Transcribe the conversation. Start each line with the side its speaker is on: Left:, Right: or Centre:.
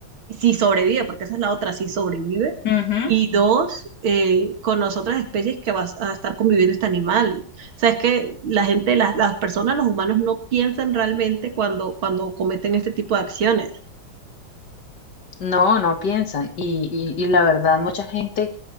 Right: si sobrevive, porque esa es la otra, si sobrevive,
Left: Ujú.
Right: y dos, eh, con las otras especies que va a estar conviviendo este animal. O sea, es que la gente, la- las personas, los humanos no piensan realmente cuando, cuando cometen este tipo de acciones.
Left: No, no piensan. Y, y, y la verdad, mucha gente